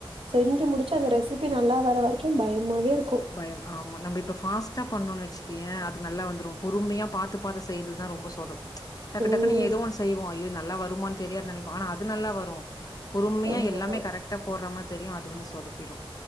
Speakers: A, on the right; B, on the left.
A: செஞ்சு முடிச்சு அந்த ரெசிபி நல்லா வர வரைக்கும் பயமாவே இருக்கு
B: பயம் ஆமா நம்ம இப்ப ஃபாஸ்ட்டா பண்ணோன்னு வச்சுக்கயே அது நல்லா வந்துரும் பொறுமையா பாத்து பாத்து செய்றது தா ரொம்ப சொ சொதப்பு டக்கு
A: ம்
B: டக்குன்னு ஏதோ ஒன்னு செய்வோ ஐயோ இது நல்லா வருமான்னு தெரியாது நெனைப்போ ஆனா அது நல்லா வரு பொறுமையா
A: ஆமா
B: எல்லாமே
A: ஆமா.
B: கரெக்டா போடுறமாரி தெரியு அது வந்து சொதப்பிரு